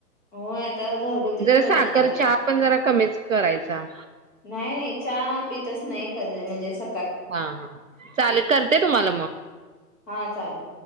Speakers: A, on the left; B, on the right.
A: होय. आता घरगुतीच
B: जरा
A: बघणार
B: साखर
A: आता
B: चहा पण जरा कमीच करायचा.
A: नाही नाही. चहा पितच नाही कधी म्हणजे स
B: हा हा चालेल करते तुम्हाला मग.
A: हा चालेल.